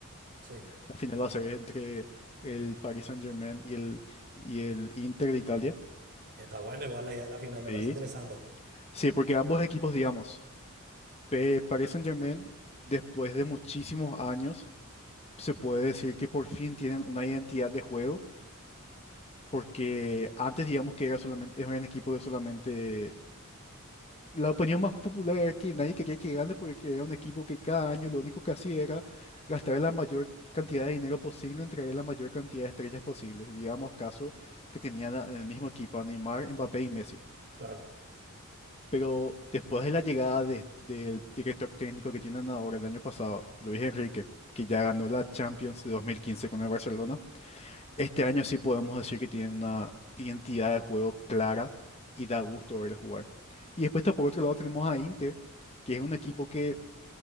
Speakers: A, on the right; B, on the left.
A: Sí,
B: La final va a ser entre el Paris Saint-Germain y el, y el Inter de Italia.
A: está bueno, igual la, la final me
B: Sí.
A: parece interesante.
B: Sí, porque ambos equipos, digamos, pe- Paris Saint-Germain, después de muchísimos años, se puede decir que por fin tienen una identidad de juego, porque antes, digamos, que era solamente, era un equipo que solamente la opinión más popular era que nadie quería que gane porque era un equipo que cada año lo único que hacía era gastar la mayor cantidad de dinero posible en traer la mayor cantidad de estrellas posibles. Digamos, caso que tenían a- el mismo equipo a Neymar, Mbappé y Messi.
A: Claro,
B: Pero después de la llegada de- del director técnico que tienen ahora el año pasado, Luis Enrique, que ya ganó la Champions de 2015 con el Barcelona, este año sí podemos decir que tiene una identidad de juego clara y da gusto verle jugar. Y después está por otro lado tenemos a Inter, que es un equipo que